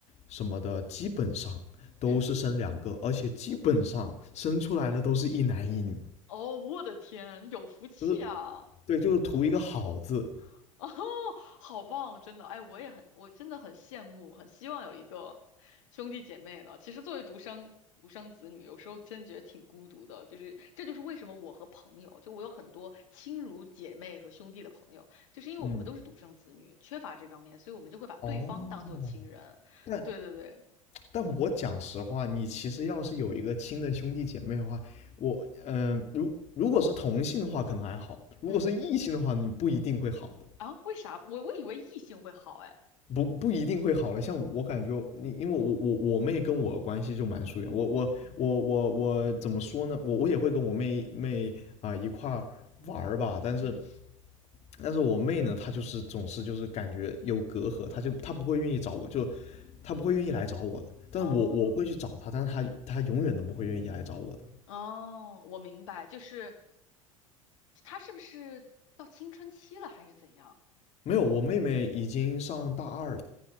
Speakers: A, on the left (about 40°); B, on the left (about 65°).
A: 什么的，基本上都是生两个，
B: 嗯，
A: 而且基本上生出来的都是一男一女，
B: 哦，我的天，有福气啊！
A: 就是对，就是图一个好字，
B: <laughs> 哦，好棒，真的，哎，我也很，我真的很羡慕，很希望有一个兄弟姐妹的。其实作为独生独生子女，有时候真觉得挺孤独的，就是这就是为什么我和朋友，就我有很多亲如姐妹和兄弟的朋友，就是因为我们都是独生子女，
A: 嗯，
B: 缺乏这方面，所以我们就会把对方当做亲人。
A: 哦，但
B: 对对对，
A: 但我讲实话，你其实要是有一个亲的兄弟姐妹的话，我嗯、呃如如果是同性的话可能还好，如果是异性的话，
B: 嗯，
A: 你不一定会好的，
B: 啊，为啥？我我以为异性会好，哎，
A: 不不一定会好的。像我感觉你，因为我我我妹跟我关系就蛮疏远，我我我我我怎么说呢？我我也会跟我妹妹啊、一块儿玩儿吧，但是
B: 嗯，
A: 但是我妹呢，她就是总是就是感觉有隔阂，她就她不会愿意找我，就她不会愿意来找我的。但是我我会去找她，
B: 哦。
A: 但是她她永远都不会愿意来找我的。
B: 哦，我明白，就是他是不是到青春期了，还是怎样
A: 没有，我妹妹已经上大二了。